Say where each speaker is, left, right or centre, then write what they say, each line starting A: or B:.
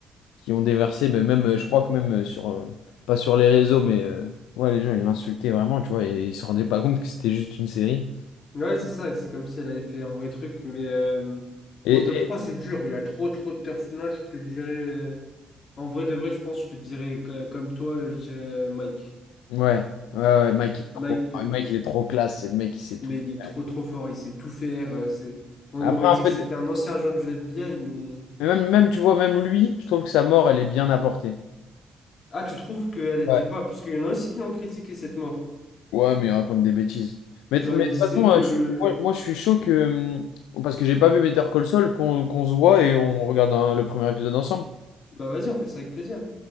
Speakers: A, on the left (about 80°); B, on the left (about 55°).
A: qui ont déversé, mais même, euh, je crois que même euh, sur, euh, pas sur les réseaux, mais euh, ouais, les gens, ils l'insultaient vraiment, tu vois, et ils se rendaient pas compte que c'était juste une série.
B: Ouais, c'est ça, c'est comme si elle avait fait un vrai truc, mais euh,
A: Et,
B: en top 3,
A: et-
B: c'est dur, il y a trop trop de personnages, je te dirais, euh, en vrai de vrai, je pense, je te dirais, co- comme toi, euh, je dirais euh, Mike.
A: ouais, ouais, ouais, Mike, il est trop,
B: Mike, le-
A: ouais, Mike, il est trop classe, c'est le mec qui sait tout
B: mais
A: faire.
B: il est trop trop fort, il sait tout faire, euh, c'est... On
A: Après,
B: aurait
A: un
B: dit
A: peu
B: que c'était
A: de-
B: un ancien agent du FBI, mais...
A: mais Même, même, tu vois, même lui, je trouve que sa mort, elle est bien apportée.
B: Ah, tu trouves qu'elle était
A: Ouais.
B: pas... Parce qu'il y en a aussi qui l'ont critiqué, cette mort.
A: Ouais, mais il raconte des bêtises. Mais,
B: Genre,
A: mais
B: ils disaient
A: de toute façon,
B: que
A: euh,
B: le...
A: je suis- moi, moi, je suis chaud que... hum, Parce que j'ai pas vu Better Call Saul, qu'on qu'on se voit et on regarde un- le premier épisode ensemble.
B: Bah vas-y, on fait ça avec plaisir.